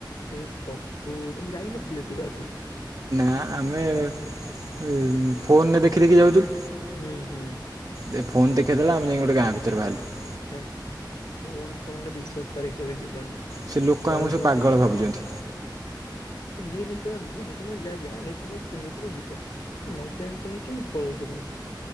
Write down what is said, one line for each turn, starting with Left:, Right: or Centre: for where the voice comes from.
Left: ହେ ପ୍ରଭୁ ତମେ ଯାଇ ନଥିଲ କେବେ ଆଗରୁ।
Right: ନା ଆମେ ଏ -ମ ଫୋନରେ ଦେଖି ଦେଖି ଯାଉଥିଲୁ।
Left: ହୁଁ ହୁଁ।
Right: ଦେ ଫୋନ ଦେଖେଇ ଦେଲା ଆମେ ଯାଇ ଗୋଟ ଗାଁ ଭିତରେ ବାହାରିଲୁ।
Left: ହେ ଫୋନ୍ ଫୋନ ରେ ବିଶ୍ଵାସ କରି କେବେ ଯିବନି।
Right: ସେ ଲୋକ
Left: କରଲ
Right: ଆମକୁ ସବୁ
Left: ଯୋଉ
Right: ପାଗଳ
Left: ଚାକା।
Right: ଭାବୁଛନ୍ତି
Left: ଯିଏ ନାଇ ସେ ବା ତମେ ଗୋଟେ ଯା ଜାଣିଥିବ ଚିିନିଥିବ ଯିବ ଆଉ ନ ଜାଣି ଶୁଣିକି କେମିତି ପଳଉଛ ତମେ।